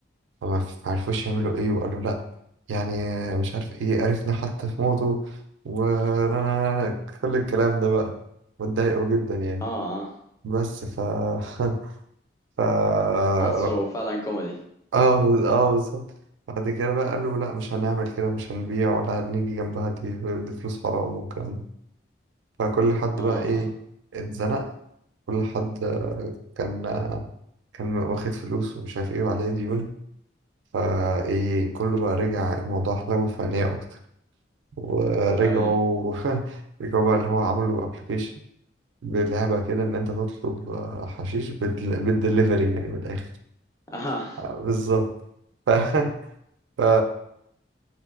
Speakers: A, on the right; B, on the left.
A: فما عرفوش يعملوا ايه وقالوا لا يعني مش عارف ايه عرفنا حتى في موته وانا كل الكلام ده بقى واتضايقوا جدا يعني
B: اه اه
A: بس ف <laughs> ف اه
B: حاسه فعلا كوميدي
A: اه بالظبط بعد كده بقى قالوا لا مش هنعمل كده مش هنبيع ولا هنيجي جنبها دي دي فلوس حرام والكلام ده فكل حد
B: اه
A: بقى ايه
B: اه
A: اتزنق كل حد كان كان واخد فلوس ومش عارف ايه وعليه ديون فايه كله بقى رجع الموضوع حلو فنية أكتر ورجعوا
B: ايوه
A: <laughs> رجعوا بقى اللي هو عملوا ابلكيشن بلعبة كده ان انت تطلب آه، حشيش بال- بالدليفري يعني من الاخر
B: اه
A: آه، بالظبط ف... <laughs> ف...